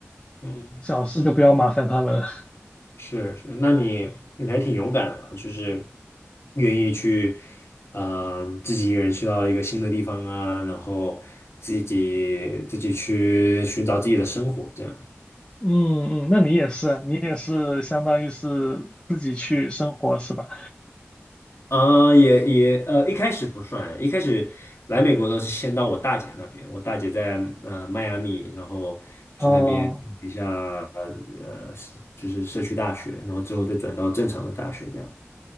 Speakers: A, on the left; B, on the left.
A: 嗯
B: 小事就不要麻烦他们了 <laughs>
A: 是是，那你你还挺勇敢的，就是愿意去，啊，自己一个人去到一个新的地方啊，然后自己自己去寻找自己的生活，这样。
B: 嗯嗯，那你也是啊你也是相当于是自己去生活是吧？
A: 呃，也也呃，一开始不算，一开始来美国的时候是先到我大姐那边，我大姐在呃迈阿密，然后去那边念一下
B: 哦，
A: 呃是就是社区大学，然后之后再转到正常的大学这样，